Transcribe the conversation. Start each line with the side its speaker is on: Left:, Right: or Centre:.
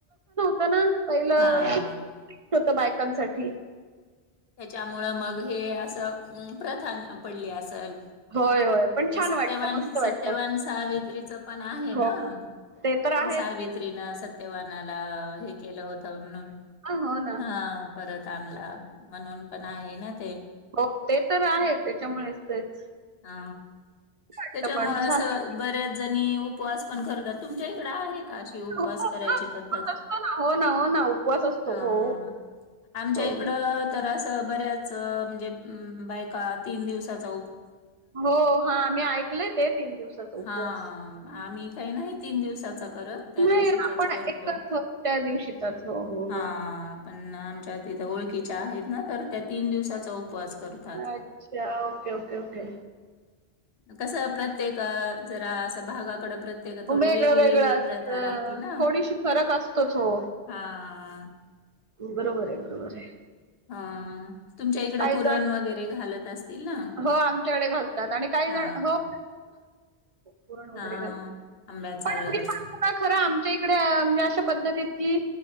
Right: हो ना पहिलं
Left: हा
Right: होत बायकांसाठी
Left: त्याच्यामुळं मग हे असं प्रथान पडले असेल
Right: होय होय पण
Left: ते
Right: छान
Left: सत्यवान
Right: वाटत मस्त
Left: सत्यवान
Right: वाटत
Left: सावित्रीच पण आहे
Right: हो
Left: ना
Right: तर
Left: ते
Right: आहेच
Left: सावित्री ना सत तेव्हानाला हे केलं होत म्हणून
Right: हो ना
Left: हा परत आणला म्हणून पण आहे ना ते
Right: हो ते तर आहे त्याच्यामुळेच तेच
Left: अ
Right: वाटतं
Left: त्याच्यामुळे
Right: पण छान वाटतं.
Left: बऱ्याच जणी उपवास पण करत तुमच्या इकडं आहे का अशी उपवास
Right: हो ना
Left: करायची पद्धत
Right: उपवास असतो ना हो ना हो ना उपवास असतो
Left: हा
Right: हो
Left: आमच्या
Right: हो
Left: इकडं
Right: हो
Left: तास बऱ्याच म्हणजे बायका तीन दिवसाचा
Right: हो हां मी ऐकलंय ते तीन दिवसाचा उपवास
Left: ह आही काही नाही त दिवसा कर त्या
Right: नाही
Left: दिवशीचाच
Right: आपण
Left: करतो
Right: एकच हो त्या दिवशीचाच हो हो
Left: हा
Right: हो
Left: आमच्याथ ओळखीच्या आहेत ना तर त्या तीन दिवसाचा उपवास ात
Right: अच्छा ओके ओके ओके
Left: कस प्रत्येक जरा असं भागाकड प्रत्येक थोडी
Right: वेगळं
Left: वेगळी
Right: वेगळं
Left: वेगळी
Right: असतं
Left: प्रथा राहती ना
Right: थोडीशी फरक असतोच हो
Left: हा ह
Right: बरोबर आहे बरोबर आहे
Left: हा तुमच्या इकडं
Right: काही
Left: पुरण
Right: जण
Left: वगैरे घालत असतील ना?
Right: हो आमच्याकडे घालतात आणि काही
Left: हा
Right: जण हो पुरण वगरेाल
Left: हा आंब्याचा
Right: पणग
Left: रस
Right: का खर आमच्या इकडे म्हणजे अशा पद्धतीत की